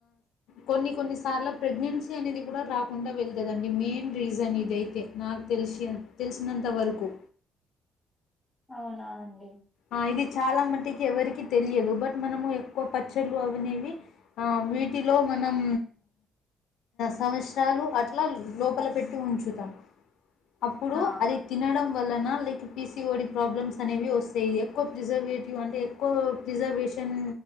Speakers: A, on the left (about 80°); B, in the centre.
A: కొన్ని కొన్ని సార్లు ప్రెగ్నెన్సీ అనేది కూడా రాకుండా వెళ్తుందిండి మెయిన్ రీజన్ ఇదయితే నాకు తెలిసి తెలిసినంత వరకు
B: అవునా అండి
A: ఆ ఇది చాలా మటుకు ఎవరికి తెలియదు బట్ మనము ఎక్కువ పచ్చళ్ళు అవనేవి వీటిలో మనం సంవత్సరాలు అట్లా లోపల పెట్టి ఉంచుతాం అప్పుడు
B: ఆ
A: అది తినడం వలన లైక్ పీసీఓడి ప్రాబ్లమ్స్ అనేవి వస్తాయి ఇది ఎక్కువ ప్రిజర్వేటివ్ అంటే ఎక్కువ ప్రిజర్వేషన్